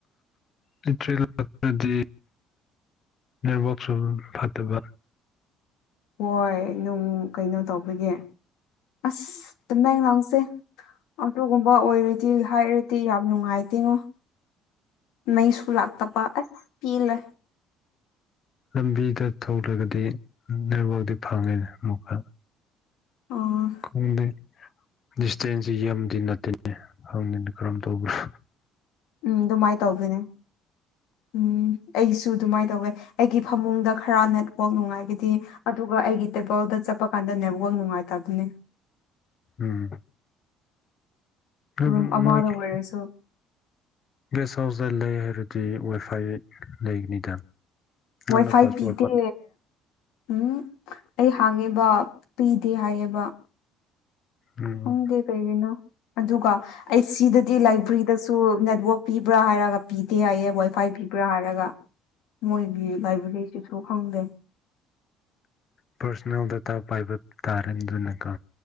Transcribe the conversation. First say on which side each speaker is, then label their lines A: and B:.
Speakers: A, on the left (about 30°); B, on the left (about 75°).
A: ꯂꯤꯇ꯭ꯔꯦꯂꯛꯇ꯭ꯔꯗꯤ ꯅꯦꯠꯋꯥꯛꯁꯨ ꯐꯠꯇꯕ
B: ꯍꯣꯏ ꯅꯨꯡ ꯀꯩꯅꯣ ꯇꯧꯕꯒꯤ ꯑꯁ ꯇꯃꯦꯡꯂꯣꯡꯁꯦ ꯑꯗꯨꯒꯨꯝꯕ ꯑꯣꯏꯔꯗꯤ ꯍꯥꯏꯔꯗꯤ ꯌꯥꯝ ꯅꯨꯡꯉꯥꯏꯇꯦꯉꯣ ꯃꯩꯁꯨ ꯂꯥꯛꯇꯕ ꯑꯁ ꯄꯦꯜꯂꯦ
A: ꯂꯝꯕꯤꯗ ꯊꯣꯛꯂꯒꯗꯤ ꯅꯦꯠꯋꯥꯛꯇꯤ ꯐꯪꯉꯦꯅꯦ ꯑꯃꯨꯛꯀ
B: ꯑꯣ
A: ꯍꯣꯡꯗꯦ ꯗꯤꯁꯇꯦꯟꯖꯤ ꯌꯥꯝꯗꯤ ꯅꯠꯇꯦꯅꯦ ꯍꯪꯗꯦꯅꯦ ꯀꯔꯝ ꯇꯧꯕ꯭ꯔ
B: ꯎꯝ ꯑꯗꯨꯃꯥꯏ ꯇꯧꯗꯣꯏꯅꯦ ꯎꯝ ꯑꯩꯁꯨ ꯑꯗꯨꯃꯥꯏ ꯇꯧꯋꯦ ꯑꯩꯒꯤ ꯐꯃꯨꯡꯗ ꯈꯔ ꯅꯦꯠꯋꯥꯛ ꯅꯨꯡꯉꯥꯏꯒꯗꯤ ꯑꯗꯨꯒ ꯑꯩꯒꯤ ꯇꯦꯕꯜꯗ ꯆꯠꯄ ꯀꯥꯟꯗ ꯅꯦꯠꯋꯥꯛ ꯅꯨꯡꯉꯥꯏꯇꯕꯅꯦ
A: ꯎꯝ ꯑꯗꯨ
B: ꯔꯨꯝ ꯑꯃꯗ
A: ꯃꯣꯏꯒꯤ
B: ꯑꯣꯏꯔꯁꯨ
A: ꯒꯦꯁ ꯍꯥꯎꯁꯗ ꯂꯩ ꯍꯥꯏꯔꯗꯤ ꯋꯥꯏꯐꯥꯏ ꯂꯩꯒꯅꯤꯗ ꯅꯪꯅ
B: ꯋꯥꯏꯐꯥꯏ
A: ꯄꯥꯁꯋꯥꯔꯗ
B: ꯄꯤꯗꯦ ꯎꯝ ꯑꯩ ꯍꯥꯡꯉꯦꯕ ꯄꯤꯗꯦ ꯍꯥꯏꯌꯦꯕ
A: ꯎꯝ
B: ꯈꯪꯗꯦ ꯀꯩꯒꯤꯅꯣ ꯑꯗꯨꯒ ꯑꯩ ꯁꯤꯗꯗꯤ ꯂꯥꯏꯕꯔꯤꯗꯁꯨ ꯇꯨ ꯅꯦꯠꯋꯥꯛ ꯄꯤꯕ꯭ꯔꯥ ꯍꯥꯏꯔꯒ ꯄꯤꯗꯦ ꯍꯥꯏꯌꯦ ꯋꯥꯏ ꯐꯥꯏ ꯄꯤꯕ꯭ꯔꯥ ꯍꯥꯏꯔꯒ ꯃꯣꯏꯒꯤ ꯂꯥꯏꯕ꯭ꯔꯦꯔꯤꯁꯤꯁꯨ ꯈꯪꯗꯦ
A: ꯄꯥꯔꯁꯣꯅꯦꯜ ꯗꯇꯥ ꯄꯥꯏꯕ ꯇꯥꯔꯅꯤ ꯑꯗꯨꯅꯀꯣ